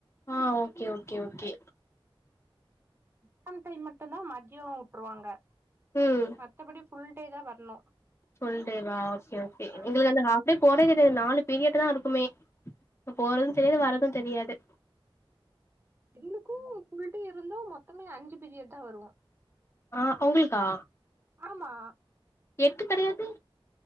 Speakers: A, on the left; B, on the right.
A: ஆ okay okay okay
B: same time மட்டும்தா மதியம் உட்டுருவாங்க
A: ம்
B: மத்தபடி ஃபுல் டே தா வரணு
A: ஃபுல் டே வா ஓகே ஓகே
B: ஆமா
A: எங்களுக்கு அந்த ஹாஃப் எப்டி போறே தெரியாது நாலு பீரியட் தான் இருக்குமே எப்ப போகறதும் தெரியாது வர்றதும் தெரியாது
B: எங்ளுக்கு ஃபுல் டே இருந்தும் மொத்தமே அஞ்சு பிரியட் தா வருவோம்
A: ஆ உங்களுக்கா
B: ஆமா
A: எட்டு கெடையாது